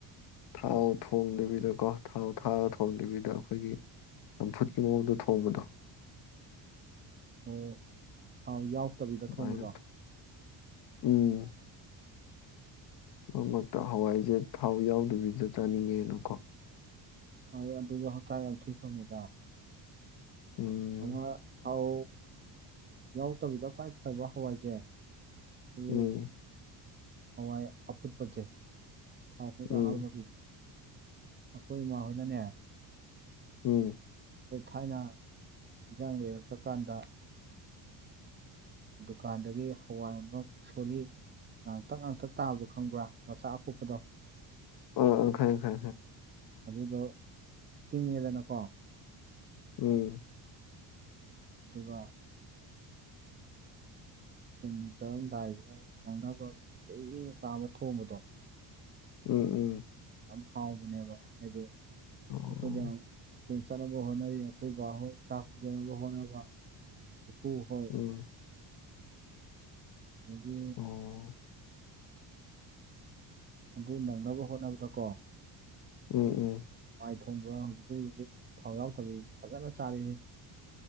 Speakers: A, on the left; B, on the right.
A: ꯊꯥꯎ ꯊꯣꯡꯗꯕꯤꯗꯀꯣ ꯊꯥꯎ ꯊꯥꯔ ꯊꯣꯡꯗꯕꯤꯗ ꯑꯩꯈꯣꯏꯒꯤ ꯆꯝꯐꯨꯠꯀꯤ ꯃꯑꯣꯡꯗ ꯊꯣꯡꯕꯗꯣ
B: ꯑꯣ ꯊꯥꯎ ꯌꯥꯎꯛꯇꯕꯤꯗ
A: ꯑꯗꯨꯃꯥꯏꯅ
B: ꯊꯣꯡꯕꯗꯣ
A: ꯎꯝ ꯃꯔ ꯃꯔꯛꯇ ꯍꯋꯥꯏꯁꯦ ꯊꯥꯎ ꯌꯥꯎꯗꯕꯤꯗ ꯆꯥꯅꯤꯡꯉꯦꯅꯀꯣ
B: ꯍ ꯑꯗꯨꯁꯨꯣ ꯍꯇꯥꯒ ꯊꯈꯤꯕꯅꯤꯗ
A: ꯎꯝ
B: ꯑꯃ ꯊꯥꯎ ꯌꯥꯎꯗꯕꯤꯗ ꯈ꯭ꯋꯥꯏ ꯐꯕ ꯍꯋꯥꯏꯁꯦ ꯑꯩꯈꯣꯏꯒꯤ
A: ꯎꯝ
B: ꯍꯋꯥꯏ ꯑꯨꯠꯄꯆꯦ ꯊꯥꯎ ꯀ
A: ꯎꯝ
B: ꯍꯥ ꯂ ꯑꯩꯈꯣꯏ ꯏꯃꯥ ꯍꯣꯏꯅꯅꯦ
A: ꯎꯝ
B: ꯑꯩꯈꯣꯏ ꯊꯥꯏꯅ ꯏꯟꯁꯥꯡ ꯂꯩꯔꯛꯄ ꯀꯥꯟꯗ ꯗꯨꯀꯥꯟꯗꯒꯤ ꯍꯋꯥꯏ ꯑꯃꯃꯨꯛ ꯁꯣꯜꯂꯤ ꯉꯥꯡꯇꯛ ꯉꯥꯡꯇꯛ ꯇꯥꯕꯗꯣ ꯈꯪꯕ꯭ꯔꯥ ꯃꯆꯥ ꯑꯀꯨꯞꯄꯗꯣ
A: ꯑ ꯈꯥꯏ ꯈ
B: ꯑꯗꯨꯗꯣ ꯇꯤꯡꯉꯦꯗꯅꯀꯣ
A: ꯎꯝ
B: ꯑꯗꯨꯒ ꯁꯨꯜ ꯆꯠꯂꯝꯗꯥꯏꯁꯤꯗ ꯅꯪꯅꯕ ꯀ ꯀꯥ ꯑꯃ ꯊꯣꯡꯕꯗꯣ
A: ꯎꯝ ꯎꯝ
B: ꯌꯥꯝ ꯍꯥꯎꯕꯅꯦꯕ ꯍꯥꯏꯗꯤ ꯑꯩꯈꯣꯏꯗ
A: ꯎꯝ ꯑꯣ
B: ꯑꯩꯈꯣꯏ ꯆꯠꯅꯕ ꯍꯣꯠꯅꯔꯤ ꯑꯩꯈꯣꯏ ꯕꯥ ꯍꯣꯏ ꯁꯥ ꯄꯨꯖꯅꯕ ꯍꯣꯠꯅꯕ ꯏꯄꯨ ꯍꯣꯏ
A: ꯎꯝ
B: ꯃꯥꯒꯤ
A: ꯑꯣ
B: ꯑꯗꯨ ꯅꯪꯅꯕ ꯍꯣꯠꯅꯕꯗꯀꯣ
A: ꯎꯝ ꯎꯝ
B: ꯥꯏ ꯊꯣꯡꯕ ꯍꯧꯖꯤꯛꯤ ꯍꯧꯖꯤꯛ ꯊꯥꯎꯖꯥꯎ ꯇꯧꯕꯤꯁꯤ ꯐꯖꯅ ꯆꯥꯔꯤ